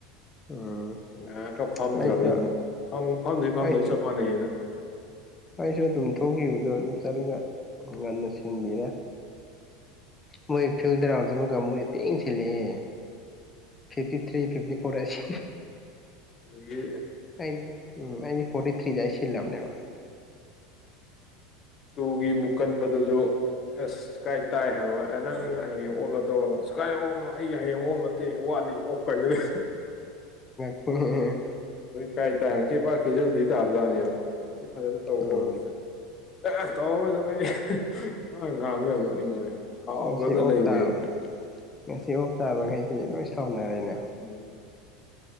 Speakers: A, on the left; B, on the left.
A: ꯎꯝ
B: ꯉꯥꯏꯍꯥꯛꯀ ꯐꯝꯗ꯭ꯔꯝꯅꯤ
A: ꯑꯩꯁꯨ
B: ꯑꯗꯨꯝ ꯐꯝ ꯐꯝꯗꯕꯩ ꯐꯝꯗꯕ
A: ꯑꯩꯁꯨ
B: ꯆꯞ ꯃꯥꯟꯅꯩꯌꯦꯅ
A: ꯑꯩꯁꯨ ꯑꯗꯨꯝ ꯊꯣꯛꯈꯤꯕꯗꯣ ꯑꯗꯨꯝ ꯆꯠꯂꯤꯒ ꯉꯟꯅ ꯁꯤꯟꯕꯤꯔꯦ ꯃꯣꯏ ꯐꯤꯜꯗ ꯔꯥꯎꯟ ꯆꯪꯕ ꯀꯥꯡꯕꯨꯖꯦ ꯊꯤꯅ ꯁꯤꯜꯂꯤꯍꯦ ꯐꯤꯐꯇꯤ ꯊ꯭ꯔꯤ ꯐꯤꯐꯇꯤ ꯐꯣꯔ ꯑꯁꯤ
B: ꯑꯗꯒꯤ
A: ꯑꯩ ꯎꯝ ꯑꯩ ꯐꯣꯔꯇꯤ ꯊ꯭ꯔꯤ ꯗꯩꯩ ꯁꯤꯂꯝꯅꯦꯕ
B: ꯇꯨꯒꯤ ꯃꯨꯀꯟꯕꯗꯨꯁꯨ ꯑꯁ ꯀꯥꯏ ꯇꯥꯏ ꯍꯪꯕ ꯅꯪ ꯍꯌꯦꯡ ꯑꯣꯞꯂ ꯇꯧꯕ ꯑꯁ ꯀꯥꯏꯗꯩ ꯑꯣꯐꯅꯣ ꯑꯩ ꯍꯌꯦꯡ ꯑꯣꯐ ꯇꯦ ꯋꯥꯠꯂꯤ ꯑꯣꯐ ꯀꯗꯨꯗꯤ
A: ꯍ ꯍ ꯍ
B: ꯀꯥꯏ ꯇꯥꯏ ꯀꯦꯄꯥ ꯀꯦꯖꯥꯕꯨꯗꯤ ꯇꯥꯖꯥꯠꯅꯦꯕ <unintelligible> ꯁꯤ ꯐꯖꯅ ꯇꯧꯀꯣ
A: ꯎꯝ
B: ꯍꯣꯌ ꯇꯧꯔꯔꯣꯏꯗ ꯑꯩ ꯃꯥ ꯉꯥꯡꯕ ꯅꯣꯛꯅꯤꯡꯕ ꯁꯥꯎꯔꯗ
A: ꯉꯁꯤ ꯑꯣꯐ
B: ꯂꯩꯕꯅꯦ
A: ꯇꯥꯕ ꯉꯁꯤ ꯑꯣꯞ ꯇꯥꯕꯈꯩꯁꯤ ꯂꯣꯏ ꯁꯥꯎꯅꯔꯦꯅꯦ
B: ꯎꯝ